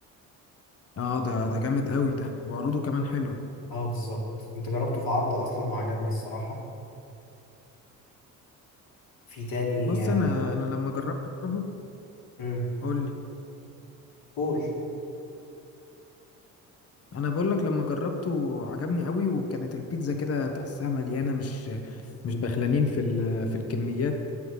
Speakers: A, on the left (about 35°); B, on the left (about 55°).
A: اه ده ده جامد قوي ده وعروضه كمان حلوه
B: اه بالظبط كنت جربته في عرض أصلا وعجبني الصراحة في تاني
A: بص
B: آه
A: انا انا لما جربت برضه
B: مم،
A: قول
B: قول
A: انا بقول لك لما جربته عجبني قوي وكانت البيتزا كده تحسها مليانه مش مش بخلانين في ال- في الكميات